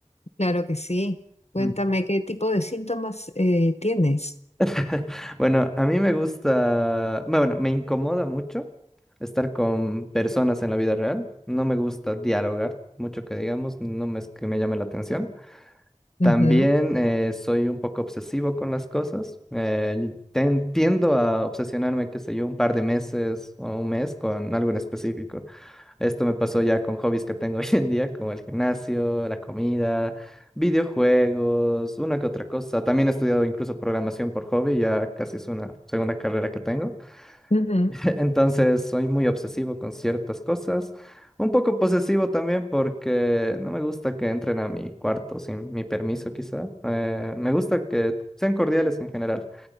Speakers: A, on the left; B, in the centre.
A: claro que sí. Cuéntame
B: Mm.
A: qué tipo de síntomas eh, tienes.
B: <laughs> Bueno, a mí me gusta, bueno, me incomoda mucho estar con personas en la vida real. No me gusta dialogar mucho que digamos, no me es que me llame la atención.
A: Ujú,
B: También eh, soy un poco obsesivo con las cosas. eh, ten- tiendo a obsesionarme, qué sé yo, un par de meses o un mes con algo en específico. Esto me pasó ya con hobbies que tengo <laughs> hoy en día, como el gimnasio, la comida, videojuegos, una que otra cosa. También he estudiado incluso programación por hobby, ya casi es una segunda carrera que tengo.
A: ujú,
B: <laughs> Entonces soy muy obsesivo con ciertas cosas, un poco posesivo también porque no me gusta que entren a mi cuarto sin mi permiso quizá. Eh, me gusta que sean cordiales en general